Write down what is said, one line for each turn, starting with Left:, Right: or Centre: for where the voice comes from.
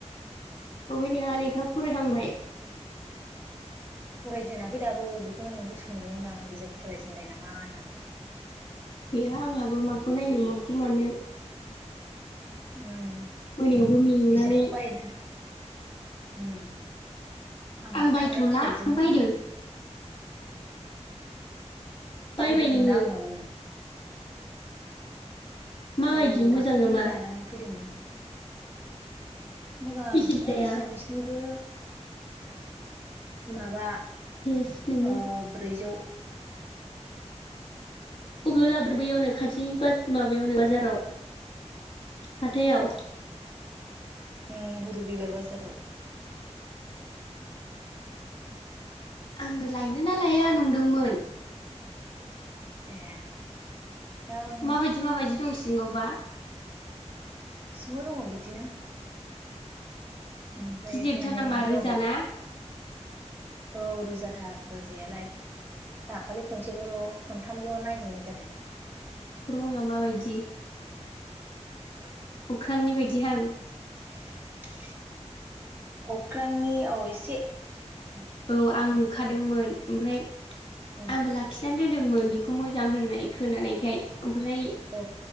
Left: अहाय नोंहा लेखा फरायहांबाय
Right: फरायजेनााखै दाबो बेखौनो नोंखौ सोंदोंमोन आं बिजाब फरायजेनबाय नामा होननानै?
Left: गैया आंहाबो माखौ नायनो मगौ मानो
Right: उम
Left: मोनायावबो मेंनानै
Right: बिजाबखौ बायनो उम आंहाबो
Left: आं बायथ'ला
Right: थांलाय फैलायजोंनो
Left: नों बायदों बायबाय
Right: बायदोंमोन
Left: नोङो
Right: आंङो
Left: माबायदि
Right: औ
Left: मोजां
Right: दाखालि
Left: नामा
Right: लानानै फैदोंमोन । मोजां
Left: बेसे
Right: बिदिनो
Left: लाया
Right: एसामिसनिबो माबा
Left: <unintelligible> नोंङो
Right: ओ ब्रैजौ
Left: <unintelligible> खाथिनि माबायावनो बाजाराव हाथायाव
Right: ओम रबिबार बाजाराव
Left: आंबो लायनोना लाया नुदोंमोन ।
Right: ए दा आं
Left: माबायदि माबायदि दं सिङांवबा?
Right: सिङांव दङो बिदिनो । ओमफ्राय
Left: गिदिरथार
Right: माने
Left: नामा
Right: गावबा
Left: रोजाना
Right: औ रोजाथार रोजायालाय दाखालि खनसेल' खनथामल' नायजेननाय जादों ।
Left: रुमा माबायदि?
Right: <unintelligible>
Left: अख्रांनि बायदिहां ।
Right: <inaudible> अख्रांनि औ एसे ।
Left: औ आं नुखादोंमोन ओमफ्राय
Right: उम
Left: आंबो लाखिनानै दोन दोंमोन बेखौ मोजां होननाय खोनानायखाय । ओमफ्राय
Right: औ